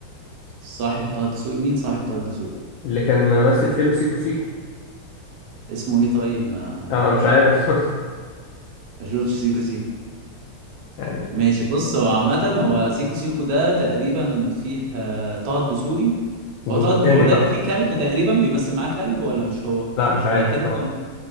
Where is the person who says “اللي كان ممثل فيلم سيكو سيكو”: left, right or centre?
Left